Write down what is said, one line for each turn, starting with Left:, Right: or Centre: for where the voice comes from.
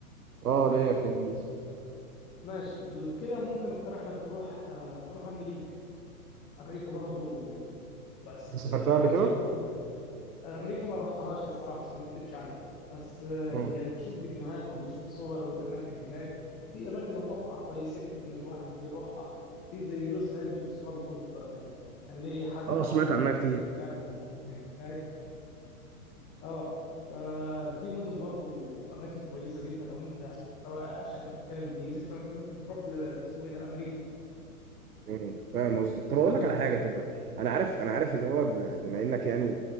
Right: اه ليا في الانجليزي
Left: ماشي كده ممكن اقترح لك تروح آه، تروح امريكا امريكا برضو بس
Right: انت سافرتها
Left: آه،
Right: قبل
Left: امريكا
Right: كده؟
Left: بقى امريكا ما رحتهاش الصراحه عشان ما اكدبش عليك بس آه،
Right: مم.
Left: يعني بشوف فيديوهات وبشوف صور الاماكن هناك في اماكن اتوقع كويسه جدا ان الواحد يروحها في زي لوس انجلوس برضو آه، كان لي حد
Right: اه
Left: اعرفه
Right: سمعت عنها كتير
Left: يعني كان موجود هناك اه ففي مدن برضو اماكن كويسه جدا لو انت سواء عشان انت بتتكلم انجليزي فانت ممكن تروح ل- اسمه ايه ده امريكا
Right: مم، فاهم قصدك
Left: و
Right: طب اقول لك على حاجه طب انا عارف انا عارف ان هو ب- بما انك يعني